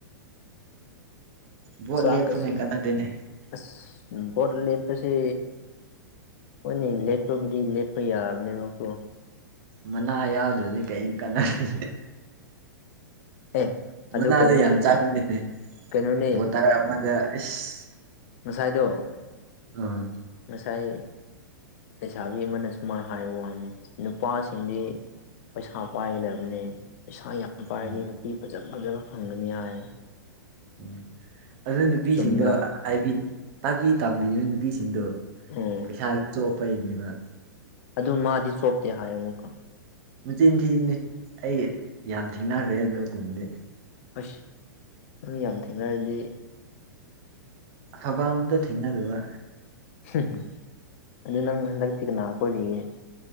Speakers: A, on the right; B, on the left.
A: ꯚꯣꯠ
B: ꯆꯥꯛ
A: ꯂꯦꯞꯄꯨꯅꯦ
B: ꯀꯁꯦ
A: ꯀꯥꯟꯅꯗꯦꯅꯦ
B: ꯑꯁ ꯚꯣꯠꯂꯦꯞ ꯑꯁꯤ ꯈꯣꯏꯅꯦ ꯂꯦꯞꯄꯕꯨꯗꯤ ꯂꯦꯞꯄ ꯌꯥꯕꯅꯦꯕꯀꯣ
A: ꯃꯅꯥ ꯌꯥꯎꯗ꯭ꯔꯗꯤ ꯀꯩꯝ ꯀꯥꯟꯅꯗꯦ
B: ꯑꯦ ꯑꯗꯨ
A: ꯃꯅꯥꯗ
B: ꯀꯩꯅꯣ
A: ꯌꯥꯝ ꯆꯥꯡꯕꯅꯤꯅꯦ
B: ꯀꯩꯅꯣꯅꯦ
A: ꯕꯣꯇꯔ ꯑꯃꯗ ꯑꯁ
B: ꯉꯁꯥꯏꯗꯣ
A: ꯑꯥ
B: ꯉꯁꯥꯏ ꯂꯩꯁꯥꯕꯤ ꯑꯃꯅ ꯁꯨꯃꯥꯏꯅ ꯍꯥꯏꯕ ꯋꯥꯅꯤ ꯅꯨꯄꯥꯁꯤꯡꯗꯤ ꯄꯩꯁꯥ ꯄꯥꯏꯒꯗꯕꯅꯤ ꯄꯩꯁꯥ ꯌꯥꯝ ꯄꯥꯏꯔꯗꯤ
A: ꯎꯝ
B: ꯅꯨꯄꯤ ꯐꯖ ꯐꯖꯕ ꯐꯪꯒꯅꯤ ꯍꯥꯏ
A: ꯎꯝ ꯑꯗꯨ ꯅꯨꯄꯤꯁꯤꯡꯗꯣ
B: ꯆꯨꯝꯕ꯭ꯔꯥ
A: ꯍꯥꯏꯕꯤ ꯇꯥꯛꯄꯤ ꯇꯝꯕꯤꯕ ꯅꯨꯄꯤꯁꯤꯡꯗꯣ
B: ꯎꯝ
A: ꯄꯩꯁꯥ ꯆꯣꯞꯄꯩꯅꯦꯕ
B: ꯑꯗꯨ ꯃꯥꯗꯤ ꯆꯣꯞꯇꯦ ꯍꯥꯏꯌꯦ ꯑꯃꯨꯛꯀ
A: ꯃꯆꯤꯟ ꯊꯤꯔꯤꯅꯤ ꯑꯩ ꯌꯥꯝ ꯊꯦꯡꯅꯈ꯭ꯔꯦ ꯑꯗꯨꯒꯨꯝꯗꯤ
B: ꯑꯁ ꯅꯪ ꯌꯥꯝ ꯊꯦꯡꯅꯔꯗꯤ
A: ꯑꯐꯕ ꯑꯝꯇ ꯊꯦꯡꯅꯗꯕ
B: ꯎꯝ ꯑꯗꯨ ꯅꯪ ꯍꯟꯗꯛꯇꯤ ꯀꯅꯥ ꯀꯣꯏꯔꯤꯒꯦ